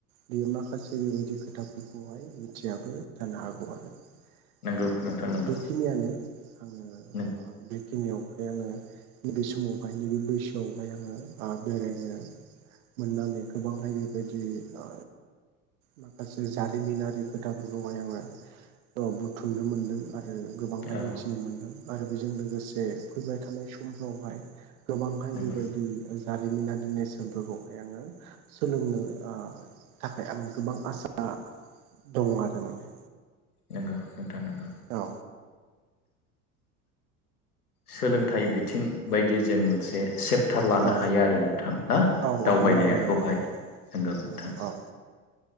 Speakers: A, on the right; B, on the left.
A: बियो माखासे बेबायदि खोथाफोरखौहाय मिथियाबो जानो हागौ आरो। दा
B: नंगौ नोंथां
A: बेखिनियानो आङो
B: नंगौ
A: बेखिनियाव ओमफ्राय आङो नैबे समावहाय नैबे बैसोआवहाय आङो बेरायनो मोननानै गोबांहाय बेबायदि आ माखासे जारिमिनारि खोथाफोरखौहाय आङो ओ बुथुमनो मोनदों आरो गोबांहाय
B: औ
A: मिथिनो मोनदों। आरो बेजों लोगोसे फैबाय थानाय समफ्रावहाय गोबांहाय
B: नंगौ
A: बेबायदि जारिमिनारि नेरसोनफोरखौहाय आङो सोलोंनो आ थाखाय आङो गोबां आसा दङ आरो माने।
B: नोंगौ नोंथां नोंगौ।
A: औ।
B: सोलोंथाइ बिथिं बायदि जों मोनसे सेपटार लानो
A: औ
B: हायो आरो नोंथां ना
A: औ
B: दावबायनायखौहाय।
A: औ नंगौ नंगौ नोंथां
B: नंगौ नोंथां।
A: औ औ